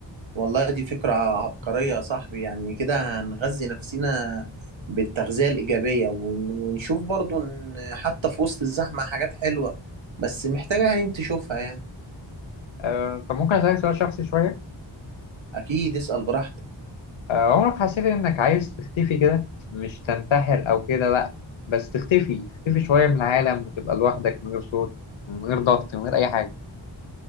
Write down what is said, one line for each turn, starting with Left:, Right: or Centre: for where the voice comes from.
Right: والله دي فكرة عبقرية يا صاحبي يعني كده هنغذي نفسنا بالتغذية الإيجابية ون- ونشوف برضو إن حتى في وسط الزحمة حاجات حلوة بس محتاجة عين تشوفها يعني
Left: آه، طب ممكن أسألك سؤال شخصي شوية
Right: أكيد اسأل براحتك
Left: آه، عمرك حسيت إنك عايز تختفي كده مش تنتحر أو كده لأ بس تختفي تختفي شوية من العالم وتبقى لوحدك من غير صوت من غير ضغط من غير أي حاجة